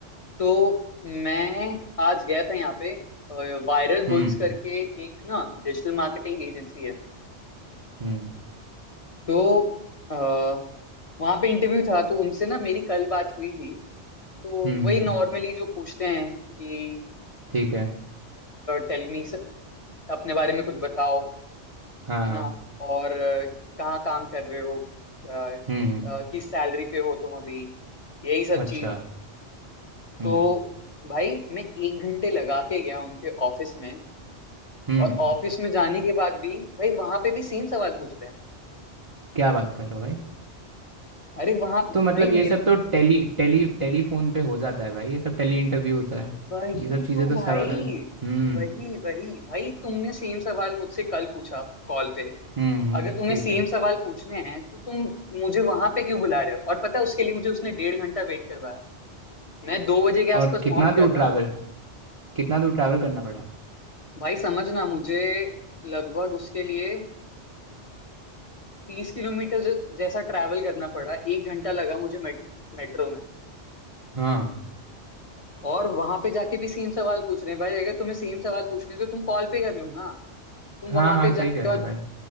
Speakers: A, on the left; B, on the right.
A: तो मैं आज गया था यहाँ पे वायरल बुल्स
B: हम्म
A: करके एक ना डिजिटल मार्केटिंग एजेंसी है
B: हम्म
A: तो आ, वहाँ पे इंटरव्यू था तो उनसे ना मेरी कल बात हुई थी तो
B: हम्म हम्म,
A: वही नॉर्मली
B: हम्म,
A: जो पूछते हैं कि
B: ठीक है
A: टेल मी अपने बारे में कुछ बताओ
B: हाँ
A: है ना
B: हाँ
A: और अ, कहाँ काम कर रहे हो अ,
B: हम्म हम्म,
A: अ, किस सैलरी पे हो तुम अभी यही सब
B: अच्छा
A: चीज
B: हम्म
A: तो भाई मैं एक घंटे लगा के गया उनके ऑफिस में
B: हम्म
A: और ऑफिस में जाने के बाद भी भाई वहां पे भी सेम सवाल पूछ रहे हैं
B: क्या बात कर रहे हो भाई
A: अरे वहां
B: तो मतलब
A: भाई मेरा
B: ये सब तो टेली टेली टेलीफोन पे हो जाता है भाई ये सब टेली इंटरव्यू होता है
A: वही
B: ये सब चीज़ें
A: तो
B: तो सवाल
A: भाई
B: हम्म
A: वही वही भाई तुमने सेम सवाल मुझसे कल पूछा कॉल पे
B: हम्म हम्म,
A: अगर तुम्हें
B: ठीक
A: सेम
B: है
A: सवाल पूछने हैं तो तुम मुझे वहां पे क्यों बुला रहे हो और पता है उसके लिए मुझे उसने डेढ़ घंटा वेट करवाया मैं दो बजे के आसपास
B: और कितना
A: पहुंच गया
B: दूर
A: था
B: ट्रैवल कितना दूर ट्रैवल करना पड़ा
A: भाई समझना मुझे लगभग उसके लिए तीस किलोमीटर ज- जैसा ट्रैवल करना पड़ा एक घंटा लगा मुझे मेट, मेट्रो में
B: हाँ
A: और वहां पे जाके भी सेम सवाल पूछ रहे हैं भाई अगर तुम्हें सेम सवाल पूछने तो तुम कॉल पे कर लो ना तुम
B: हाँ
A: वहां
B: हाँ
A: पे
B: सही
A: जाने
B: कह
A: के
B: रहे
A: बाद
B: हो भाई